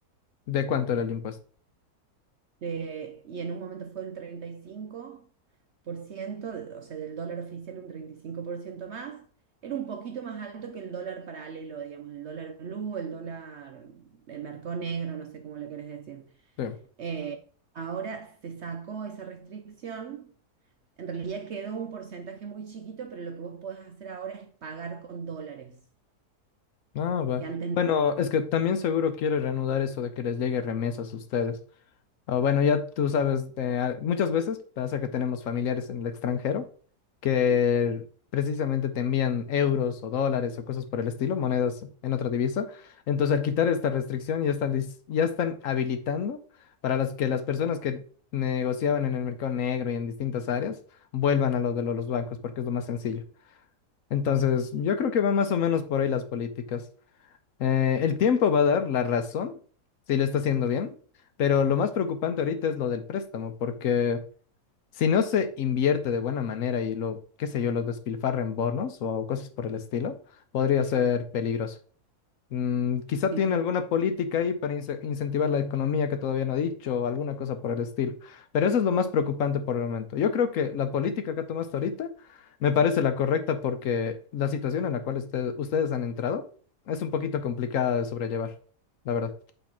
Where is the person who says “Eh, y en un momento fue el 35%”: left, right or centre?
Right